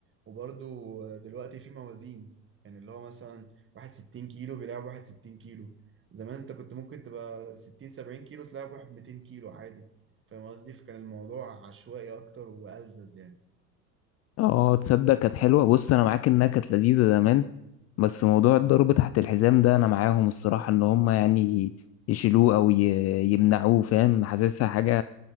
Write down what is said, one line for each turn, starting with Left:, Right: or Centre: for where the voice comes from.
Right: وبرضو دلوقتي في موازين يعني اللي هو مثلا واحد 60 كيلو بيلعب واحد 60 كيلو زمان انت كنت ممكن تبقى 60 70 كيلو تلعب واحد 200 كيلو عادي فاهم قصدي فكان الموضوع عشوائي اكتر والزز يعني
Left: اه تصدق كانت حلوة بص انا معاك انها كانت لذيذة زمان بس موضوع الضرب تحت الحزام ده انا معاهم الصراحة ان هم يعني يشيلوه او ي- يمنعوه فاهم حاسسها حاجة